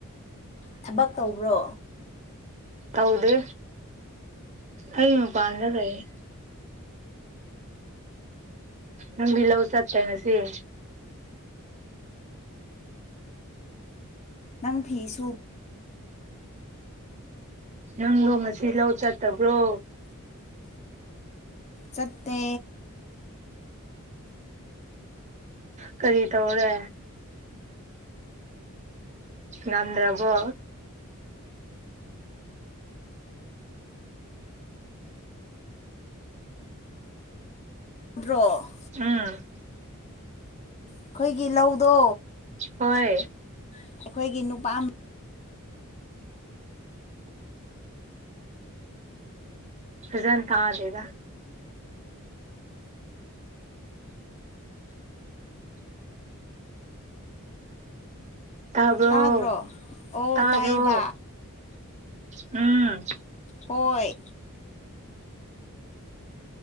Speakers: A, on the left (about 30°); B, on the right (about 30°).
A: ꯊꯕꯛ ꯇꯧꯕ꯭ꯔꯣ
B: ꯇꯧꯗꯦ ꯑꯩ ꯃꯄꯥꯟꯗ ꯂꯩꯩ ꯅꯪꯕꯤꯂ ꯍꯁꯥ ꯇ ꯃꯁꯤꯦ
A: ꯅꯪ ꯐꯤꯁꯨ
B: ꯅꯪꯗꯣ ꯉꯁꯤ ꯂꯧ ꯆꯠꯇꯕ꯭ꯔꯣ
A: ꯆꯠꯇꯦ
B: ꯀꯔꯤ ꯇꯧꯔꯦ ꯅꯗ꯭ꯔꯕꯣ
A: ꯕ꯭ꯔꯣ
B: ꯎꯝ
A: ꯑꯩꯈꯣꯏꯒꯤ ꯂꯧꯗꯣ
B: ꯍꯣꯏ
A: ꯑꯩꯈꯣꯏꯒꯤ ꯅꯨꯄꯥ
B: ꯐꯖ ꯇꯑꯗꯦꯗ ꯇꯥꯕ꯭ꯔꯣ
A: ꯇꯥꯗ꯭ꯔꯣ ꯑꯣ
B: ꯇꯥꯕ꯭ꯔꯣ
A: ꯇꯥꯏꯌꯦꯕ
B: ꯎꯝ
A: ꯍꯣꯏ